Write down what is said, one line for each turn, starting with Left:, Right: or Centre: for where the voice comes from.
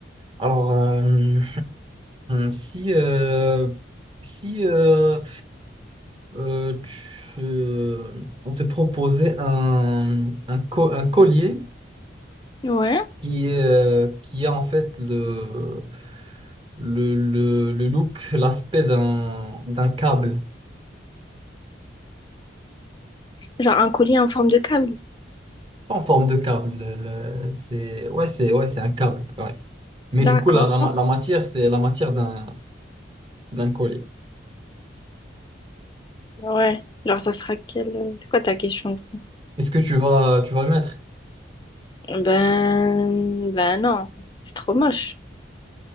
Right: Alors, euh, <laughs> si. euh, Si. euh, euh, tu- euh, On te proposait un, un, co- un collier.
Left: Ouais.
Right: qui est, euh, qui a en fait le, le, le, le look, l'aspect d'un d'un câble.
Left: Genre un collier en forme de câble.
Right: Pas en forme de câble. le- le- c'est, ouais, c'est ouais, c'est un câble. ouais. Mais
Left: D'accord.
Right: du coup, la, la, ma- la matière, c'est la matière d'un d'un collier.
Left: Ouais. Genre, ça sera quelle... C'est quoi ta question? du coup
Right: Est-ce que tu vas, tu vas le mettre?
Left: Ben... Ben non, c'est trop moche.